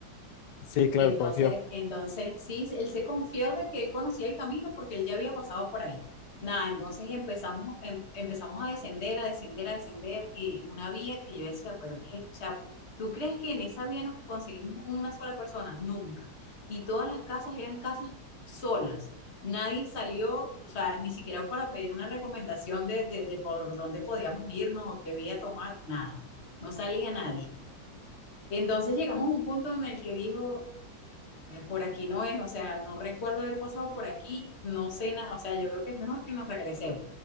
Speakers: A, on the left; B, on the left.
A: Sí, claro,
B: Entonces,
A: confío.
B: entonces sí, él se confió de que él conocía el camino porque él ya había pasado por ahí. Nada, entonces empezamos, em- empezamos a descender, a descender, a descender, y una vía que yo decía, pero qué, es esto? o sea, ¿tú crees que en esa vía nos conseguimos una sola persona? Nunca. Y todas las casas eran casas solas. Nadie salió, o sea, ni siquiera para pedir una recomendación de, de, de por dónde podíamos irnos o qué vía tomar, nada. No salía nadie. Entonces llegamos a un punto en el que dijo, que por aquí no es, o sea, no recuerdo haber pasado por aquí, no sé nada, o sea, yo creo que es mejor que nos regresemos.